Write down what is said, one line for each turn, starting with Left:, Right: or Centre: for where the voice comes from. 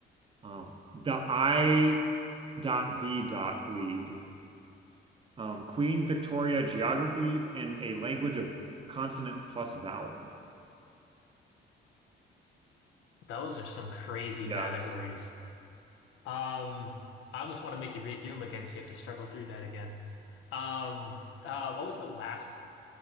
Right: Um, the I dot V dot League, um, Queen Victoria geography, and a language of consonant plus vowel.
Left: Those are some crazy
Right: Yes.
Left: categories. Um I almost want to make you read through them again so you have to struggle through that again. Um uh what was the last